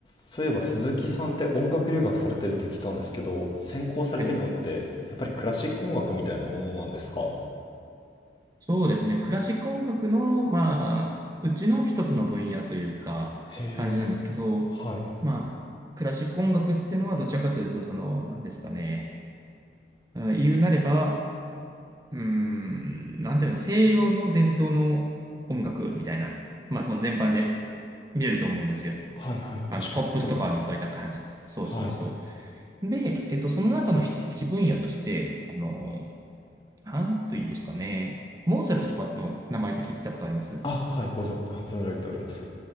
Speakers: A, on the left (about 25°); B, on the right (about 20°).
A: そういえば鈴木さんって音楽留学されてるって聞いたんですけど、専攻されてるのってやっぱりクラシック音楽みたいなものなんですか
B: はい。そうですね。クラシック音楽の、まあ、うちの一つの分野というか、
A: へ
B: 感じなんですけど、
A: え、はい、
B: まあ、クラシック音楽っていうのはどちらかというと、その、何ですかね。うん言うなれば、うーん、なんていうの、西洋の伝統の音楽みたいな、まあ、その全般で見れると思うんですよ。
A: はいはい確かにそうですね。
B: あの、ポップスとかのそういった感じ。そうそうそ
A: はい。
B: う。で、えっと、その中の一一分野として、あの、なんというんですかね。モーツァルトとかの名前って聞いたことあります
A: あ、はい、ご存、あ存じ上げております。